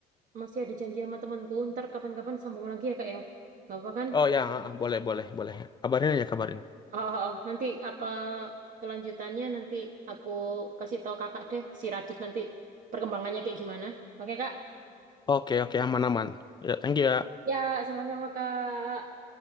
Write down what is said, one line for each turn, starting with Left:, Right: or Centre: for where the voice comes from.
Right: masih ada janji sama temanku. Ntar kapan-kapan sambung lagi ya, Kak ya. Gak apa kan?
Left: oh ya ah, ah, boleh boleh boleh kabarin aja kabarin
Right: Oh, oh, oh. Nanti apa kelanjutannya nanti aku kasih tahu Kakak deh, si Radit nanti perkembangannya kayak gimana. Oke, Kak?
Left: oke oke aman aman ya thank you ya
Right: Ya, sama-sama, Kak.